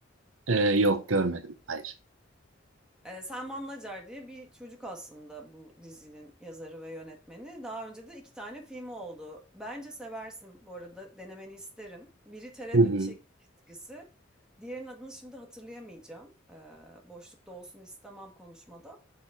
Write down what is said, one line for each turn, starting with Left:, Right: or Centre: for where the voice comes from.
Right: Ee, yok görmedim. Hayır.
Centre: Ee, Selman Nacar diye bir çocuk aslında bu dizinin yazarı ve yönetmeni. Daha önce de iki tane filmi oldu. Bence seversin bu arada denemeni isterim. Biri Tereddüt
Right: Hı hı.
Centre: Çizgisi. Diğerinin adını şimdi hatırlayamayacağım. Ee, boşlukta olsun istemem konuşmada.